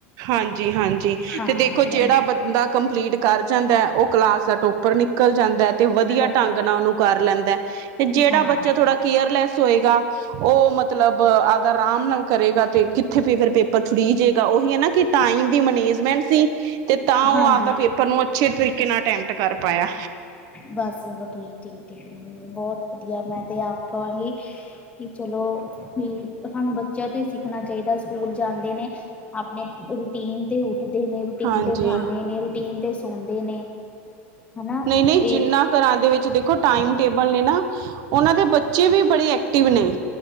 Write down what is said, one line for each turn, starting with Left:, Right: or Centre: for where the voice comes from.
Right: ਹਾਂਜੀ ਹਾਂਜੀ,
Left: ਹਾਂ
Right: ਤੇ ਦੇਖੋ
Left: ਨਹੀਂ
Right: ਜਿਹੜਾ ਬੰਦਾ ਕੰਪਲੀਟ ਕਰ ਜਾਂਦਾ, ਔ ਕਲਾਸ ਦਾ ਟੋਪਰ ਨਿਕਲ ਜਾਂਦਾ ਹੈ, ਤੇ ਵਧੀਆ
Left: ਟੋ
Right: ਢੰਗ ਨਾਲ ਉਹਨੂੰ ਕਰ ਲੈਂਦਾ, ਤੇ ਜਿਹੜਾ
Left: ਹਾਂ
Right: ਬੱਚਾ ਥੋੜਾ ਕੇਅਰਲੈਸ ਹੋਏਗਾ ਉਹ ਮਤਲਬ ਆਦਾ ਆਰਾਮ ਨਾਲ ਕਰੇਗਾ ਤੇ ਕਿੱਥੇ ਫਿਰ ਪੇਪਰ ਛੁੜੀ ਜਾੇਗਾ, ਔ ਏ ਨਾ ਕਿ ਟਾਈਮ ਦੀ ਮੈਨੇਜਮੈਂਟ ਸੀ ਤੇ ਤਾਂ ਉਹ
Left: ਹਾਂਜੀ
Right: ਆਪਦਾ ਪੇਪਰ ਨੂੰ, ਅੱਛੇ ਤਰੀਕੇ ਨਾਲ ਅਟੈਪਟ ਕਰ ਪਾਇਆ।
Left: ਬਸ ਉਹ ਠੀਕ ਜ ਬਹੁਤ ਵਧੀਆ, ਮੈਂ ਤਾਂ ਆਪ ਕਹਾਂਗੀ, ਕਿ ਚਲੋ ਵੀ ਸਾਨੂੰ ਬੱਚਿਆਂ ਤੋਂ ਹੀ ਸਿੱਖਣਾ ਚਾਹੀਦਾ, ਸਕੂਲ ਜਾਂਦੇ ਨੇ ਆਪਣੇ ਰੂਟੀਨ ਤੇ ਉੱਠਦੇ ਨੇ, ਰੂਟੀਨ
Right: ਹਾਂਜੀ
Left: ਤੇ ਖਾਂਦੇ ਨੇ, ਰੂਟੀਨ ਤੇ ਸੌਦੇ ਨੇ। ਹਨਾ
Right: ਨਹੀਂ ਨਹੀਂ,
Left: ਤੇ
Right: ਜਿੰਨਾ ਘਰਾਂ ਦੇ ਵਿੱਚ ਦੇਖੋ ਟਾਈਮ ਟੇਬਲ ਨੇ ਨਾ ਉਹਨਾਂ ਦੇ ਬੱਚੇ ਵੀ ਬੜੇ ਐਕਟਿਵ ਨੇ।